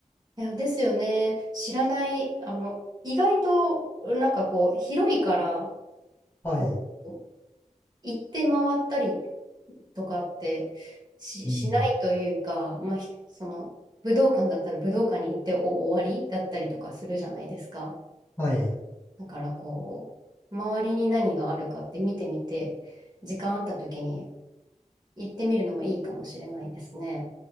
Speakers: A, on the right (about 30°); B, on the left (about 15°).
A: や、ですよね。知らない、あの、意外と、なんかこう、広いから、
B: はい。
A: こう、行って回ったりとかってし、
B: うん。
A: しないというか、まあ、ひその、武道館だったら武道館に行ってお終わりだったりとかするじゃないですか。
B: はい。
A: だからこう、周りに何があるかって見てみて、時間あった時に行ってみるのもいいかもしれないですね。